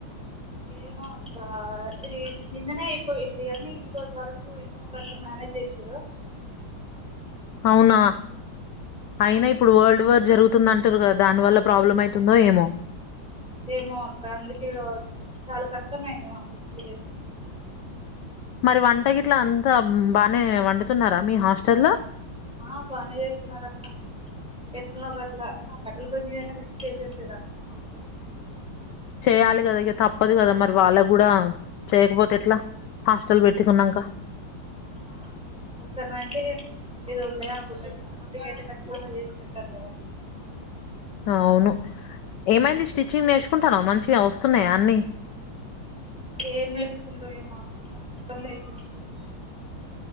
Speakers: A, in the centre; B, on the left.
A: ఏమో అక్క ఈ నిన్ననే అయిపోయింది గాని ఈ రోజు వరకు ఏట్లో గట్లా మేనే మేనేజ్ చేసిరూ
B: అవునా అయినా ఇప్పుడు వల్డ్ డు వార్ జరుగుతుందంటురు కదా దాని వల్ల ప్రాబ్లం అయితుందో ఏమో
A: ఏమో అక్క అందుకే కావచ్చు చాలా కష్టమైంది మాకు టూ డేస్
B: మరి వంటగిట్లా అంతా బానే వండుతున్నారా మీ హాస్టల్లో
A: ఆ బానే చేస్తున్నారు అక్క ఎట్లో గట్లా ఆ కట్టల పొయ్యి మీదయినా పెట్టి చేసేసారు మా కోసం
B: చెయ్యాలి కదా ఇక తప్పదు కదా మరి వాళ్ళ గూడా చేయకపోతే ఎట్లా హాస్టల్ పెట్టికున్నాంక
A: ఆ ఒకరిని అంతే ఏదో లే గుడ్డ ఇంత మందికి అయితే కఖచ్చితంగా చేసి పెట్టాలి కదా అట్లా
B: అవును ఏమైంది స్టిచ్చింగ్ నేర్చుకుంటున్నావా మంచిగా వస్తున్నాయా అన్నీ
A: ఏం నేర్చకుండో ఏమో అక్క మస్త్ ఇబ్బంది అవుతుంది